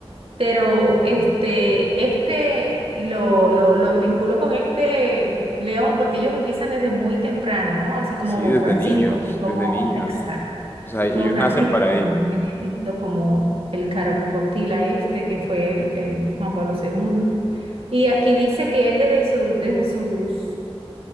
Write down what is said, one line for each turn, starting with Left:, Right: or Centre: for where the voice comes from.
Right: pero este, este lo, lo, lo vinculo con este León, porque ellos empiezan desde muy temprano, ¿no? Así como
Left: Sí, desde
Right: Francisco,
Left: niños,
Right: así como,
Left: desde niños.
Right: exacto,
Left: O sea, ellos
Right: como Francisco,
Left: nacen para
Right: como
Left: ello.
Right: Benedicto, como el Carol Boctila este, que fue el el Juan Pablo segundo. Y aquí dice que él desde su, desde sus,